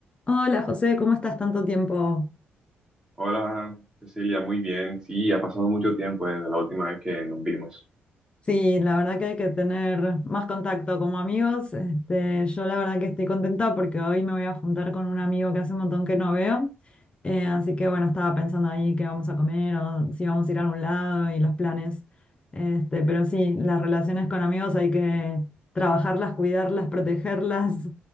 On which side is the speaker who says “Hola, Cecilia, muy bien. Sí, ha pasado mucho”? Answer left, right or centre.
Right